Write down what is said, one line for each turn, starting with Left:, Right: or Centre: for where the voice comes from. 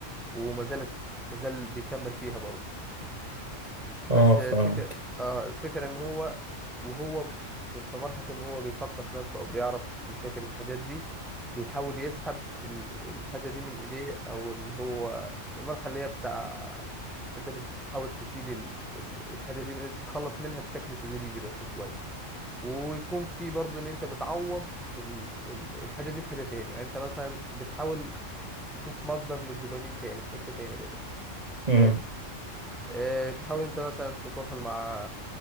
Centre: وما زالت ما زال بيكمل فيها برضه بس
Right: اه فهمت
Centre: الفكرة اه الفكرة ان هو وهو ب- في مرحلة ان هو بيثقف نفسه او بيعرف مشاكل الحاجات دي بيحاول يسحب ال- الحاجة دي من ايديه او اللي هو المرحلة اللي هي بتاع انت بتحاول تشيل ال- ال- الحاجة دي من- تتخلص منها بشكل تدريجي بس شوية ويكون في برضو ان انت بتعوض ال- ال- الحاجة دي بحاجة تاني يعني انت مثلا بتحاول تشوف مصدر للدوبامين تاني في حتة تاني بقى
Right: مم.
Centre: فاهم إيه، تحاول انت مثلا تتواصل مع